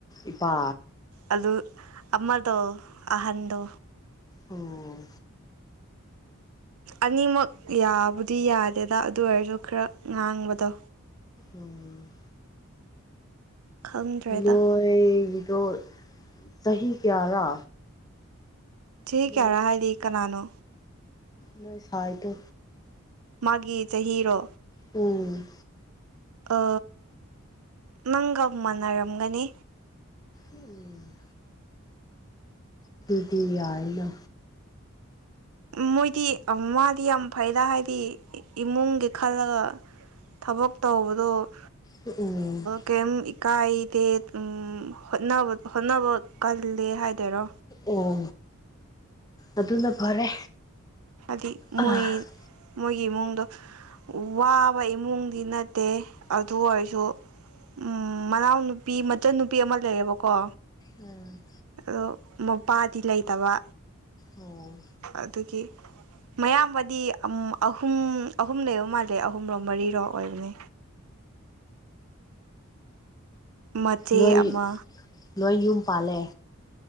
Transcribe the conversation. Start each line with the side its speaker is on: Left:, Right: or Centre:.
Left: ꯏꯄꯥ
Right: ꯑꯗꯨ ꯑꯃꯗꯣ ꯑꯍꯟꯗꯣ
Left: ꯑꯣ
Right: ꯑꯅꯤꯃꯛ ꯌꯥꯕꯨꯗꯤ ꯌꯥꯗꯦꯗ ꯑꯗꯨ ꯑꯣꯏꯔꯁꯨ ꯈꯔ ꯉꯥꯡꯕꯗꯣ꯫
Left: ꯎꯝ
Right: ꯈꯪꯗ꯭ꯔꯦꯗ
Left: ꯅꯣꯏꯒꯤꯗꯣ ꯆꯍꯤ ꯀꯌꯥꯔꯥ
Right: ꯆꯍꯤ
Left: ꯅꯣꯏ
Right: ꯀꯌꯥꯔꯥ ꯍꯥꯏꯗꯤ ꯀꯅꯥꯅꯣ
Left: ꯅꯣꯏ ꯁꯥꯏꯗꯣ
Right: ꯃꯥꯒꯤ ꯆꯍꯤꯔꯣ
Left: ꯎꯝ
Right: ꯑ ꯅꯪꯒ ꯃꯥꯟꯅꯔꯝꯒꯅꯤ꯫
Left: ꯎꯝ ꯑꯗꯨꯗꯤ ꯌꯥꯏꯅ
Right: ꯃꯣꯏꯗꯤ ꯑ ꯃꯥꯗꯤ ꯌꯥꯝ ꯐꯩꯗ ꯍꯥꯏꯗꯤ ꯏꯃꯨꯡꯒꯤ ꯈꯜꯂꯒ ꯊꯕꯛ ꯇꯧꯕꯗꯣ꯫
Left: ꯍꯨꯛꯎꯝ
Right: ꯀꯩꯝ ꯏꯀꯥꯏꯗꯦ ꯎꯝ ꯍꯣꯠꯅꯕ ꯍꯣꯠꯅꯕ ꯀꯜꯂꯦ ꯍꯥꯏꯗꯣꯏꯔꯣ
Left: ꯑꯣ ꯑꯗꯨꯅ ꯐꯔꯦ꯫
Right: ꯍꯥꯏꯗꯤ
Left: ꯎꯝ
Right: ꯃꯣꯏ ꯃꯣꯏꯒꯤ ꯏꯃꯨꯡꯗꯣ ꯋꯥꯕ ꯏꯃꯨꯡꯗꯤ ꯅꯠꯇꯦ ꯑꯗꯨ ꯑꯣꯏꯔꯁꯨ ꯎꯝ ꯃꯅꯥꯎ ꯅꯨꯨꯄꯤ ꯃꯆꯟ ꯅꯨꯄꯤ ꯑꯃ ꯂꯩꯌꯦꯕꯀꯣ꯫
Left: ꯎꯝ
Right: ꯑꯗꯣ ꯃꯄꯥꯗꯤ ꯂꯩꯇꯕ
Left: ꯑꯣ
Right: ꯑꯗꯨꯒꯤ ꯃꯌꯥꯝꯕꯗꯤ ꯑꯝ ꯑꯍꯨꯝ ꯑꯍꯨꯝ ꯂꯩꯕ ꯃꯥꯜꯂꯦ ꯑꯍꯨꯝꯔꯣ ꯃꯔꯤꯔꯣ ꯑꯣꯏꯕꯅꯦ꯫ ꯃꯆꯦ
Left: ꯂꯣꯏꯔꯤꯡ
Right: ꯑꯃ
Left: ꯂꯣꯏ ꯌꯨꯝ ꯄꯥꯜꯂꯦ꯫